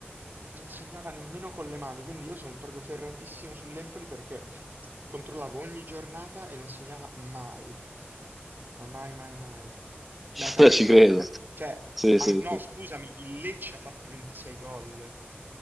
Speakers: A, on the right (about 50°); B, in the centre.
A: non segnava nemmeno con le mani, quindi io sono proprio ferratissimo sull'Empoli perché controllavo ogni giornata e non segnava mai. Ma mai, mai, mai. Beh,
B: <laughs>
A: capito.
B: Eh, Ci credo.
A: Cioè,
B: Sì,
A: an-
B: sì,
A: no,
B: sì.
A: scusami, il Lecce ha fatto 26 gol.